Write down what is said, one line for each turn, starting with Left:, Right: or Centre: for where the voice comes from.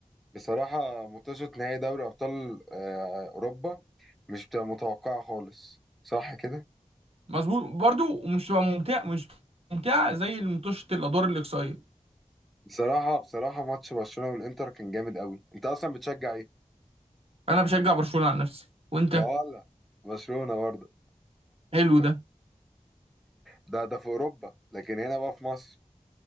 Centre: بصراحة ماتشات نهائي دوري ابطال آه، اوروبا مش بتبقى متوقعة خالص صح كده
Right: مظبوط برضو ومش هتبقى ممتع مش ممتعة زي ماتش الادوار الاقصائية
Centre: بصراحة بصراحة ماتش برشلونة والانتر كان جامد قوي انت اصلا بتشجع ايه
Right: انا بشجع برشلونة عن نفسي وانت
Centre: يا ولا برشلونة برضه
Right: حلو ده
Centre: ده ده في اوروبا لكن هنا بقى في مصر